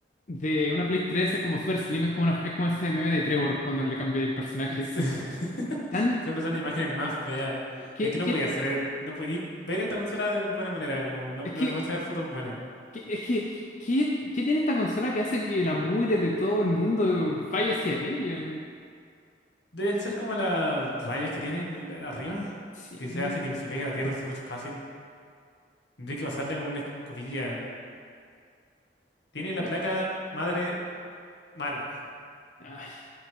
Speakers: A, on the left (about 45°); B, on the left (about 75°).
A: de una Play 3 es como super slim, es como, una- es como ese meme de Trevor cuando le cambié el personaje.
B: Sí.
A: Se-
B: <laughs>
A: Están,
B: Siempre son imágenes más feas.
A: ¿qué,
B: Es que
A: qué-
B: no podía hacer, eh, no podía ver esta consola de buena manera, como no,
A: es
B: no
A: que,
B: le pueden sacar fotos buenas.
A: qué- es que, qué, qué tiene esta consola que hace que la mugre de todo el mundo vaya hacia ella?
B: Deben ser como las rayas que tienen la- arriba,
A: Sí.
B: que se hace que se pegue a la tierra súper fácil. Tendría que pasarle como una escobilla. Tiene la
A: No,
B: placa madre mala.
A: ay,